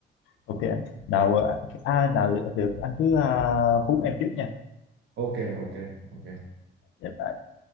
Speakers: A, on the left (about 80°); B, on the right (about 60°).
A: ok anh nào ờ, à, nào được được, anh cứ ờ, hú em trước nha
B: ok ok ok
A: Dạ, bye.